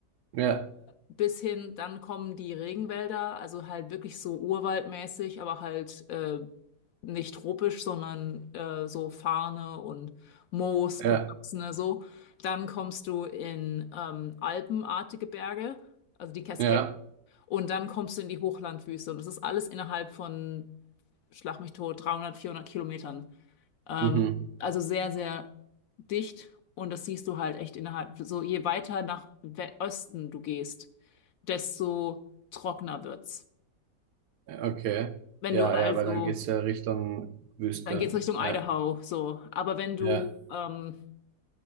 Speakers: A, on the right (about 75°); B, on the left (about 70°).
A: ja,
B: bis hin, dann kommen die Regenwälder, also halt wirklich so urwaldmäßig, aber halt äh, nicht tropisch, sondern äh, so Farne und Moos,
A: ja,
B: bewachsene so. Dann kommst du in ähm, alpenartige Berge, also die Cascades,
A: ja.
B: und dann kommst du in die Hochlandwüste. Und das ist alles innerhalb von, schlag mich tot, 300, 400 Kilometern. Ähm,
A: Mhm.
B: also sehr, sehr dicht und das siehst du halt echt innerhalb. So je weiter nach We Osten du gehst, desto trockener wird's.
A: Okay.
B: Wenn
A: Ja,
B: du also,
A: ja, weil dann geht's ja Richtung Wüste.
B: dann geht's Richtung
A: Ja,
B: Idaho, so. Aber wenn du
A: ja,
B: ähm,